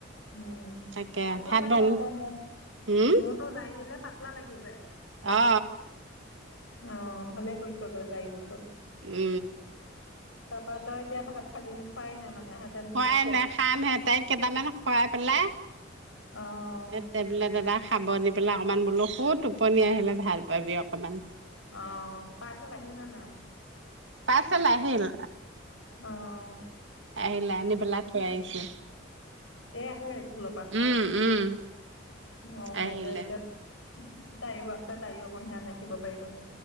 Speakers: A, on the left; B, on the right.
A: উম
B: তাকে
A: পাতলা
B: ভাত
A: লাগে
B: বন
A: আকৌ মৌ।
B: হম
A: মোৰতো জাৰি দিলে পাতলা লাগি যায়।
B: অ অ
A: অ', ভালেই কৰিছ দে, জাৰি দিছ।
B: উ।
A: তাপা তই এতিয়া ভাত খালি নে, খোৱাই নাই মানে ভাত।
B: খুৱাই নাই, খামহে তাইক কেইটামান খুৱাই পেলাই
A: অ'।
B: টেবলেট এটা খাব দি পেলাই অকণমান বোলো শু, টোপনি আহিলে ভাল পাবি অকণমান।
A: অ', পাৰ্চেল আহিল নে নাই?
B: পাৰ্চেল আহিল
A: অ'।
B: আহিলে। আনি পেলাই থৈ আহিছো।
A: এই আহিলে স্কুলৰ পা।
B: উম উম
A: অ',
B: আহিলে
A: দে এতিয়া, তাইও আছে তাইও অকন ধ্যান ৰাখিব পাৰিব দে।